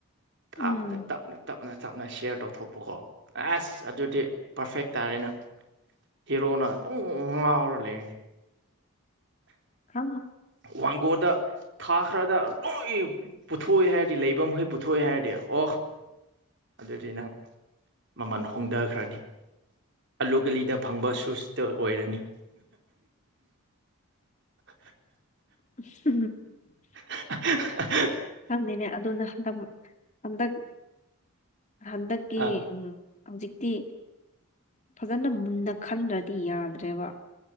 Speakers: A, on the right (about 55°); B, on the left (about 30°).
A: ꯞꯅ
B: ꯎꯝ
A: ꯇꯞꯅ ꯇꯞꯅ ꯇꯞꯅ ꯁꯤꯌꯥꯔ ꯇꯧꯊꯣꯛꯄꯀꯣ ꯑꯁ ꯑꯗꯨꯗꯤ ꯄꯔꯐꯦꯛ ꯇꯥꯔꯦꯅ ꯍꯦꯔꯣꯅ ꯑꯗꯨꯝ ꯉꯥꯎꯔ ꯂꯩꯔꯅꯤ
B: ꯀ
A: ꯋꯥꯡꯒꯣꯗ ꯊꯥꯈ꯭ꯔꯗ ꯂꯣꯏ ꯄꯨꯊꯣꯛꯑꯦ ꯍꯥꯏꯔꯗꯤ ꯂꯩꯐꯝꯈꯩ ꯄꯨꯊꯣꯛꯑꯦ ꯍꯥꯏꯔꯗꯤ ꯑꯣ ꯑꯗꯨꯗꯤ ꯅꯪ ꯃꯃꯜ ꯍꯣꯡꯊꯈ꯭ꯔꯅꯤ ꯑꯂꯨ ꯒꯂꯤꯗ ꯐꯪꯕ ꯁꯨꯁꯇ ꯑꯣꯏꯔꯅꯤ <unintelligible>
B: <unintelligible>
A: <unintelligible>
B: ꯍꯪꯅꯤꯦꯅꯦ ꯑꯗꯨꯅ ꯍꯟꯗꯛ ꯍꯟꯗꯛ ꯍꯟꯗꯛꯀꯤ
A: ꯑ
B: ꯎꯝ ꯍꯧꯖꯤꯛꯇꯤ ꯐꯖꯅ ꯃꯨꯟꯅ ꯈꯟꯗ꯭ꯔꯗꯤ ꯌꯥꯗ꯭ꯔꯦꯕ